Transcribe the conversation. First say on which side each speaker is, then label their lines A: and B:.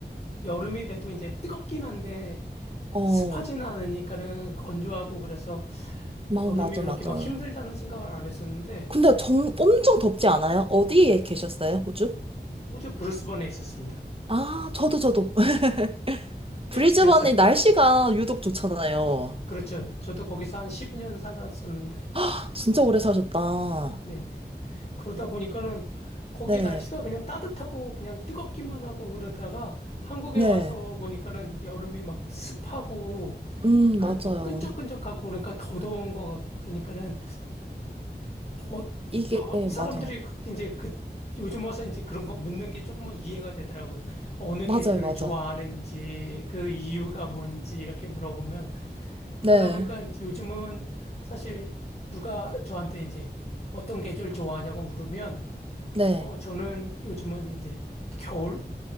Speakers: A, on the left; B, on the right.
A: 여름이 돼도 이제 뜨겁긴 한데
B: 어,
A: 습하지는 않으니까는 건조하고 그래서
B: 마-
A: 여름이
B: 맞아,
A: 그렇게
B: 맞아.
A: 막 힘들다는 생각을 안 했었는데
B: 근데 정, 엄청 덥지 않아요? 어디에 계셨어요, 호주?
A: 호주 브리스번에 있었습니다.
B: 아, 저도, 저도. <laughs> 브리즈번이
A: 그래서
B: 날씨가 유독 좋잖아요.
A: 그렇죠. 저도 거기서 한 12년 살았었는데
B: 아, 진짜 오래 사셨다.
A: 네네. 그러다 보니까는 거기
B: 네,
A: 날씨가 그냥 따뜻하고 그냥 뜨겁기만 하고 그러다가 한국에
B: 네.
A: 와서 보니까는 여름이 막 습하고
B: 음,
A: 막, 끈-
B: 맞아요.
A: 막 끈적끈적하고 그러니까 더 더운 것 같고 그러니까는 어, 어,
B: 이게, 네,
A: 사람들이
B: 맞아.
A: 그렇게 이제 그 요즘 와서 이제 그런 거 묻는 게 조금은 이해가 되더라고요. 어느
B: 맞아요,
A: 계절을
B: 맞아.
A: 좋아하는지 그 이유가 뭔지 이렇게 물어보면 그러다
B: 네,
A: 보니까 요즘은 사실 누가 저한테 이제 어떤 계절 좋아하냐고 물으면
B: 네.
A: 어 저는 요즘은 이제 겨울